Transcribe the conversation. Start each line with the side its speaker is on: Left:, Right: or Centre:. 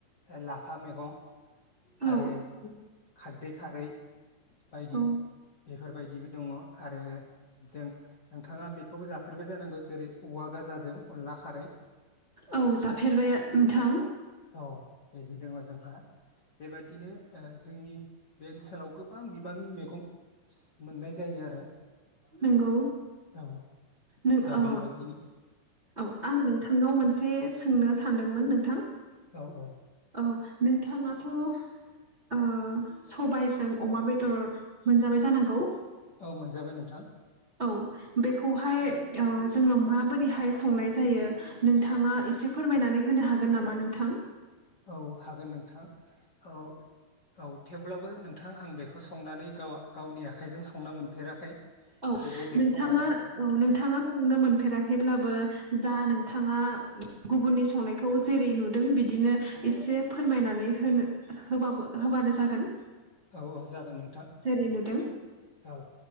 Left: लाफा मैगं
Right: औ
Left: आरो खारदै खारै बायदि
Right: औ
Left: बेफोरबायदिबो दङ आरो जों नोंथाङा बेखौबो जाफेरबाय जे नंगौ जेरै औवा गाजों अनला खारै
Right: औ जाफेरबाय नोंथां
Left: औ बेबो दङ जोंहा <inaudible> बेबादिनो जोंनि बे ओनसोलाव गोबां बिबांनि मैगं मोननाय जायो आरो
Right: नोंगौ
Left: औ
Right: नों
Left: दा
Right: अ
Left: बेबायदिनो
Right: औ आङो नोंथांनाव मोनसे सोंनो सानदोंमोन नोंथां।
Left: औ औ।
Right: औ नोंथाङाथ' ओ सबायजों अमा बेदर मोनजाबाय जानांगौ।
Left: औ मोनजाबाय नोंथां
Right: औ बेखौहाय जोङो ओ माबोरैहाय संनाय जायो नोंथाङा एसे फोरमायनानै होनो हागोन नामा नोंथां?
Left: औ हागोन नों थां औ औ थेवब्लाबो नोंथां आं बेखौ संनानै गाव गावनि आखाइजों संना मोनफेराखै।
Right: औ
Left: थेवबो बेखौ
Right: नोंथाङा
Left: माने
Right: औ नोंथाङा संनो मोनफेराखैब्लाबो जा नोंथाङा गुबुननि संनायखौ जेरै नुदों बिदिनो एसे फोरमायनानै होनो होबाबो होबानो जागोन।
Left: औ औ जागोन नोंथां
Right: जेरै नुदों
Left: औ